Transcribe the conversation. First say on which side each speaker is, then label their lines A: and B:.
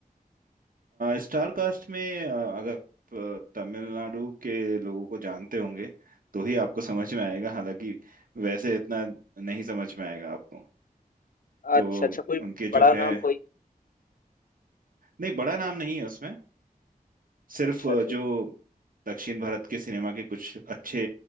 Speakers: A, on the right; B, on the left.
A: स्टार कास्ट में अ, अगर आप, अ, तमिलनाडु के लोगों को जानते होंगे तो ही आपको समझ में आएगा हालांकि वैसे इतना नहीं समझ में आएगा आपको तो
B: अच्छा अच्छा कोई
A: उनके
B: बड़ा
A: जो है
B: नाम कोई
A: नहीं बड़ा नाम नहीं है उसमें सिर्फ
B: अच्छा
A: अ,
B: अच्छा
A: जो दक्षिण भारत के सिनेमा के कुछ अच्छे